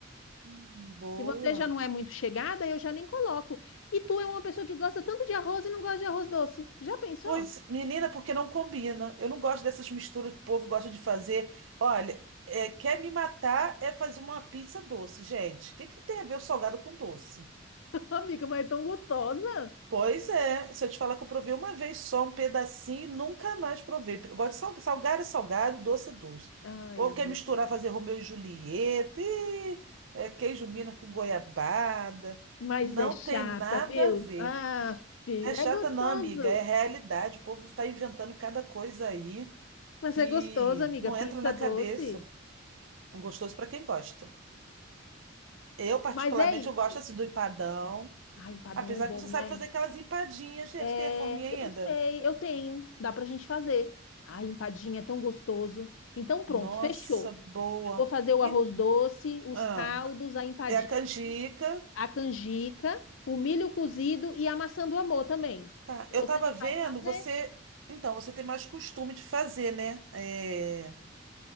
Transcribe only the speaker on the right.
Hum, boa.
Pois, menina, porque não combina. Eu não gosto dessas misturas que o povo gosta de fazer. Olha, é, quer me matar é fazer uma pizza doce, gente. O que que tem a ver o salgado com doce?
Pois é, se eu te falar que eu provei uma vez só um pedacinho, e nunca mais provei. Eu gosto de sal- salgado, é salgado, doce é doce.
O povo
quer misturar, fazer Romeu e Julieta, e, é, queijo mina com goiabada.
Não
tem nada
a ver.
Não é chata,
não, amiga. É realidade. O povo está inventando cada coisa aí.
que
não
entra na cabeça.
Um gostoso para quem gosta. Eu, particularmente,
eu gosto assim do empadão,
apesar
que você sabe
fazer aquelas empadinhas, né?
Tu tem a forminha ainda?
Nossa,
boa.
Ent-
ah,
é a canjica.
Tá. Eu
tava
vendo,
você. Então, você tem mais costume de fazer, né? É,